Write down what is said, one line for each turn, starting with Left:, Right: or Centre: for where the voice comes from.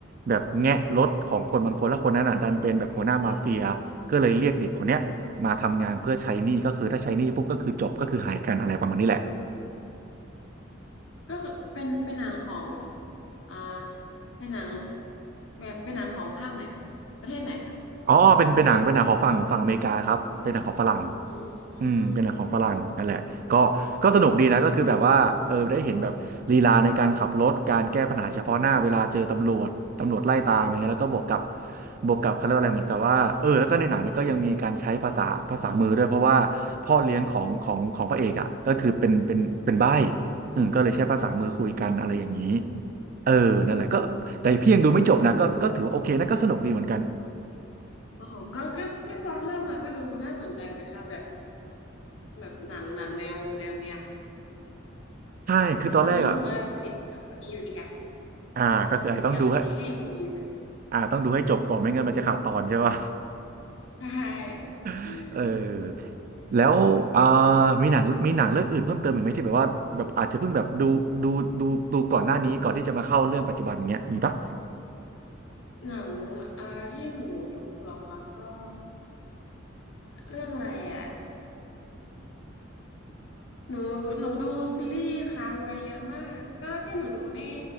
Right: แบบแงะรถของคนบางคนแล้วคนนั้นอ่ะดันเป็นแบบหัวหน้ามาเฟียก็เลยเรียกเด็กคนเนี้ยมาทำงานเพื่อใช้หนี้ก็คือถ้าใช้หนี้ปุ๊บก็คือจบก็คือหายกันอะไรประมาณนี้แหละ
Left: ก็คือเป็นเป็นหนังของอ่าเป็นหนังแบบเป็นหนังของภาคไหนคะประเทศไหนคะ
Right: อ๋อเป็นเป็นหนังเป็นหนังของฝั่งฝั่งอเมริกาครับเป็นหนังของฝรั่ง
Left: อื
Right: อืมเป็นหนังของฝรั่งนั่นแหละก็ก็สนุกดีนะก็คือแบบว่าเออได้เห็นแบบลีลาในการขับรถการแก้ปัญหาเฉพาะหน้าเวลาเจอตำรวจตำรวจไล่ตามอะไรเงี้ยแล้วก็บวกกับ
Left: ม
Right: บวกกับเขาเรียกว่าอะไรเหมือนกับว่าเออแล้วก็ในหนังเนี่ยก็ยังมีการใช้ภาษาภาษามือด้วยเพราะว่าพ่อเลี้ยงของของของพระเอกอ่ะก็คือเป็นเป็นเป็นใบ้อืมก็เลยใช้ภาษามือคุยกันอะไรอย่างนี้
Left: อืม
Right: เออนั่นแหละก็แต่พี่ยังดูไม่จบนะก็ก็ถือว่าโอเคนะก็สนุกดีเหมือนกัน
Left: โอ้โหก็ก็ที่บอลเล่ามาก็ดูน่าสนใจนะคะแบบแบบหนังหนังแนวแนวเนี้ย
Right: ใช่คือตอนแรกอ่ะ
Left: แต่ตอนนี้หนูก็ยังติดกับอันนี้อยู่นี่ค่ะ
Right: อ่าก็คืออาจจะต้องดูให้
Left: ติดกับซีรีส์ของหนูอยู่เลย
Right: อ่าต้องดูให้จบก่อนไม่งั้นมันจะขาดตอนใช่ป่ะ
Left: ใช่
Right: <laughs> เออ
Left: โอ้
Right: แล้วอ่ามีหนังมีหนังเรื่องอื่นเพิ่มเติมอีกไหมที่แบบว่าแบบอาจจะเพิ่งแบบดูดูดูดูก่อนหน้านี้ก่อนที่จะมาเข้าเรื่องปัจจุบันเงี้ยมีปะ
Left: หนังเอ่อที่หนูดูเหรอคะก็เรื่องอะไรอ่ะหนูหนูดูซีรีส์ค้างไว้เยอะมาก ก็ที่หนูดูนี่